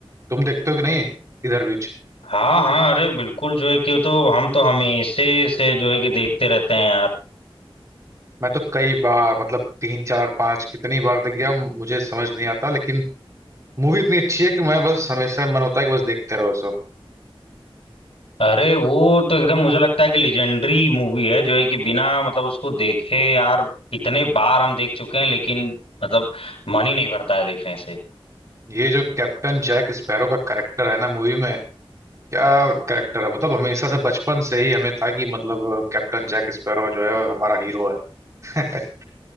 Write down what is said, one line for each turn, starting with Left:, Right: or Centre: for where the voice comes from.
Right: तुम देखते हो कि नहीं इधर बीच
Left: हाँ हाँ अरे बिल्कुल जो है कि तो हम तो हमेशा से जो है कि देखते रहते हैं यार
Right: मैं तो कई बार मतलब तीन चार पांच कितनी बार देख गया मुझे समझ नहीं आता लेकिन मूवी इतनी अच्छी है कि मैं बस हमेशा मन होता है कि बस देखते रहो सो
Left: अरे वो तो एकदम मुझे लगता है कि लेजेंडरी मूवी है जो है कि बिना मतलब उसको देखे यार कितने बार हम देख चुके हैं लेकिन मतलब मन ही नहीं भरता है देखने से
Right: ये जो कैप्टन जैक स्पैरो का करेक्टर है ना मूवी में क्या करेक्टर है मतलब हमेशा से बचपन से ही हमें था कि मतलब कैप्टन जैक स्पैरो जो है वो हमारा हीरो है <laughs>